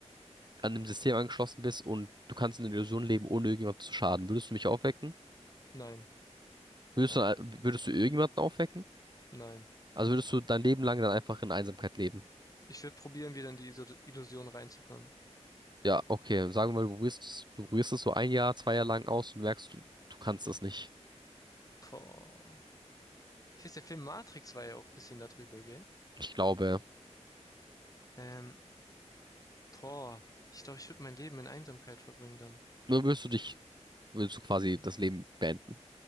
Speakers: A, on the right; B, on the left.
A: an dem System angeschlossen bist und du kannst in der Illusion leben, ohne irgendjemand zu schaden? Würdest du mich aufwecken?
B: Nein,
A: Würdest du, würdest du irgendjemanden aufwecken?
B: nein.
A: Also würdest du dein Leben lang dann einfach in Einsamkeit leben?
B: Ich würde probieren, wieder in die Iso- Illusion reinzukommen.
A: Ja, okay. Sagen wir mal, du probierst, es- du probierst es so ein Jahr, zwei Jahre lang aus und merkst, du, du kannst das nicht.
B: Boah. Ich weiß, der Film Matrix war ja auch ein bisschen darüber, gell?
A: Ich glaube,
B: Ähm, boah. Ich glaube, ich würde mein Leben in Einsamkeit verbringen dann.
A: nur würdest du dich, würdest du quasi das Leben beenden.